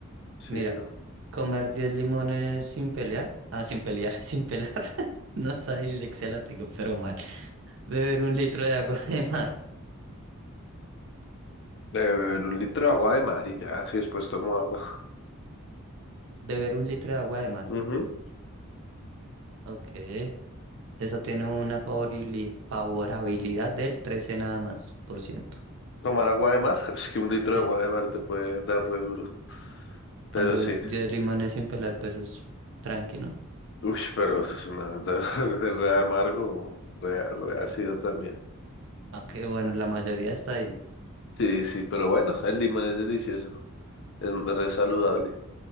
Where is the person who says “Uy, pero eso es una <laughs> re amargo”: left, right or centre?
Left